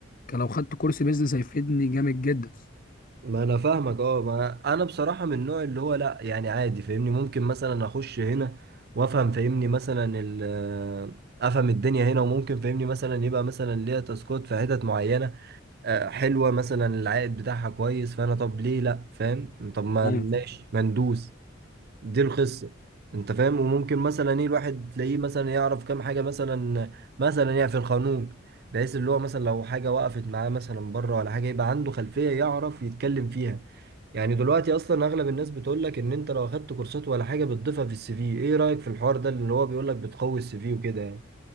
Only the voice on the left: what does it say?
ك- لو خدت كورس بيزنس هيفيدني جامد جدا
ايوه